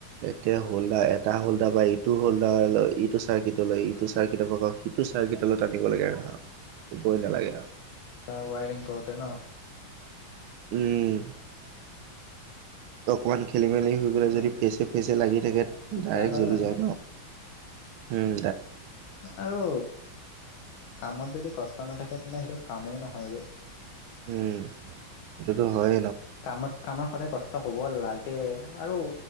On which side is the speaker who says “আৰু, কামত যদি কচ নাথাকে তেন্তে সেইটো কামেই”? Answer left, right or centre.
Left